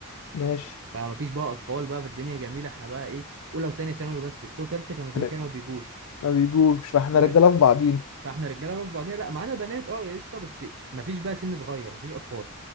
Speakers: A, on the left; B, on the right.
A: ماشي
B: فما فيش بقى اطفال بقى في الدنيا جميله احنا بقى ايه اولى وثانيه ثانوي بس وبتوع ثالثه كانوا كده
A: ر-
B: كده ما بيجوش
A: ما بيجوش فاحنا
B: و...
A: رجاله في بعضينا
B: فاحنا رجاله بقى في بعضينا لا معانا بنات اه قشطه بس ما فيش بقى سن صغير ما فيش اطفال